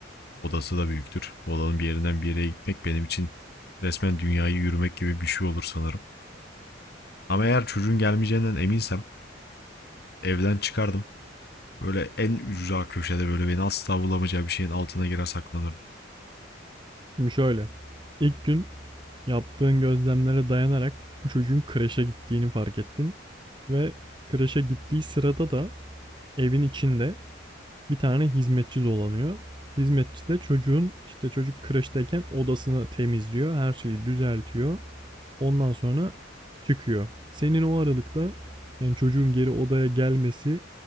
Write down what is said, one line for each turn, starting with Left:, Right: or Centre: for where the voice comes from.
Left: Odası da büyüktür. Odanın bir yerinden bir yere gitmek benim için resmen dünyayı yürümek gibi bir şey olur sanırım. Ama eğer çocuğun gelmeyeceğinden eminsem evden çıkardım. Böyle en ücra köşede böyle beni asla bulamayacağı bir şeyin altına girer saklanırdım.
Right: Şimdi şöyle. İlk gün yaptığın gözlemlere dayanarak bu çocuğun kreşe gittiğini fark ettin. Ve kreşe gittiği sırada da evin içinde bir tane hizmetçi dolanıyor. Hizmetçi de çocuğun işte çocuk kreşteyken odasını temizliyor. Her şeyi düzeltiyor. Ondan sonra çıkıyor. Senin o aralıkta yani çocuğun geri odaya gelmesi